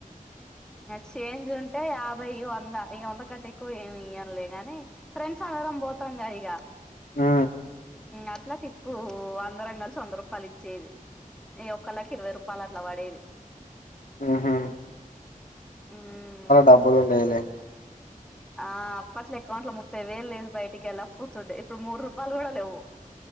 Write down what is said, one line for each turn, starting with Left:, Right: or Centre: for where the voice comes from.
Centre: చేంజ్ ఉంటే యాభై వంద ఈ వంద కట్టా ఎక్కువ ఏమి ఇవ్వంలే గాని. ఫ్రెండ్స్ అందరం పోతాంగా ఇక
Left: ఆ
Centre: అట్లా టిప్పు అందరం కలిసి వంద రూపాయలు ఇచ్చేది. ఒక్కలకి ఇరవై రూపాయలు అట్లా పడేది.
Left: <unintelligible>
Centre: మ్మ్
Left: డబ్బులుండేది లే
Centre: ఆ అప్పట్లో అకౌంట్లో ముప్పై వేలు లేదు బయటికి వెళ్ళకపోతుండే ఇప్పుడు మూడు రూపాలు కూడా లేవు